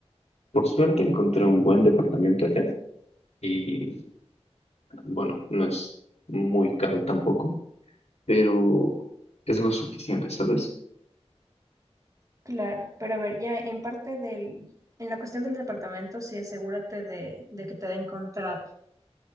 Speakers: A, on the left; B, on the right.
A: por suerte encontré un buen departamento allá y bueno, no es muy caro tampoco, pero es lo suficiente, ¿sabes?
B: claro, pero a ver, ya en parte del, en la cuestión del departamento, sí asegúrate de, de que te den contrato.